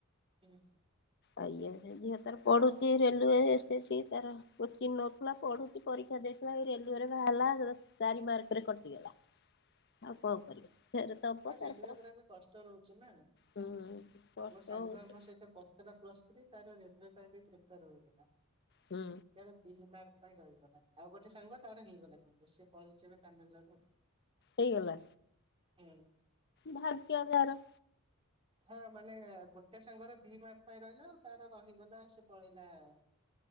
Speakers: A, on the right (about 25°); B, on the left (about 55°).
A: ହୁଁ।
B: ଆଉ ଇଏ ତାର ପଢୁଛି ରେଲୱ ଷ୍ଟେସି ତାର କୋଚିଂ ନଉଥିଲା ପଢୁଛି ପରୀକ୍ଷା ଦେଇ <unintelligible> ରେଲୱେ ରେ ବାହାରିଲା ଯେତେବେଳେ ଚାରି ମାର୍କ ରେ କଟିଗଲା। ଆଉ
A: ଓହୋ ହଁ
B: କଣ କରିବ ଫେରେ ଦବ
A: ରେଲୱେ
B: ତାର କଣ
A: ପୁରା ବି କଷ୍ଟ ରହୁଛି ନା,
B: ହୁଁ କଷ୍ଟ
A: ମୋ ସାଙ୍ଗ
B: ହଉଛି
A: ଆମ ସହିତ ପଢିଥିଲା ପ୍ଲସ ଥ୍ରୀ ତାର ରେଲୱେ ପାଇଁ ବି ପ୍ରିପାର ହଉଥିଲା।
B: ହୁଁ
A: ତାର ଦି ମାର୍କ ପାଇଁ ରହିଗଲା। ଆଉ ଗୋଟେ ସାଙ୍ଗ ତାର ହେଇଗଲା। ପୁପୁ ସେ ପଳେଇଛି ନା ତାମିଲନାଡୁ।
B: ହେଇଗଲା।
A: ହୁଁ।
B: ଭାଗ୍ୟ ଯାର।
A: ହଁ ମାନେ ଗୋଟେ ସେ ସାଙ୍ଗର ଦି ଭାଗ ପାଇଁ ରହିଲା ଆଉ ତାର ରହିଗଲା ସେ ପଳେଇଲା ଆ